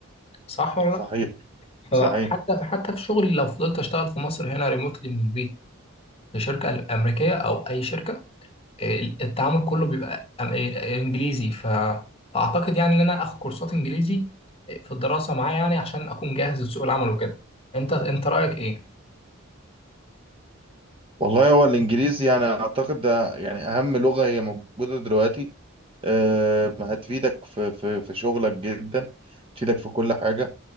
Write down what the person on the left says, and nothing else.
صح ولا
لا
فحتى حتى في شغلي لو فضلت اشتغل في مصر هنا ريموتلي من البيت في شركه امريكيه او اي شركه آه، التعامل كله بيبقى أم- آه، انجليزي ف- فاعتقد يعني ان انا اخد كورسات انجليزي آه، في الدراسه معايا يعني عشان اكون جاهز لسوق العمل وكده انت انت رايك ايه